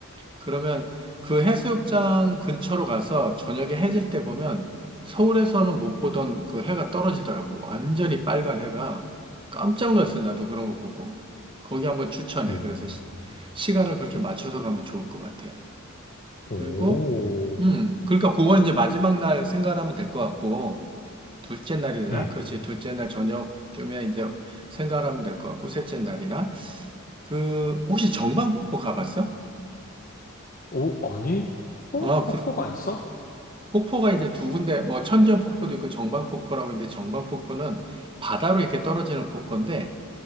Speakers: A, on the right; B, on the left.
A: 그러면 그 해수욕장 근처로 가서 저녁에 해질 때 보면 서울에서는 못 보던 그 해가 떨어지더라고. 완전히 빨간 해가. 깜짝 놀랐어. 나도 그런 거 보고. 거기 한번 추천해.
B: 음.
A: 그래서 시, 간을 그렇게 맞춰서 가면 좋을 것 같아. 그리고,
B: 오.
A: 음, 그러니까 그건 이제 마지막 날 생각하면 될 것 같고, 둘째 날이나,
B: 음.
A: 그렇지. 둘째 날 저녁쯤에 이제 생각하면 될 것 같고, 셋째 날이나, 그, 혹시 정방폭포 가봤어?
B: 오, 아니? 어?
A: 아, 그,
B: 폭포가 있어?
A: 폭포가 이제 두 군데, 뭐 천지연 폭포도 있고 정방폭포라고 있는데 정방폭포는 바다로 이렇게 떨어지는 폭포인데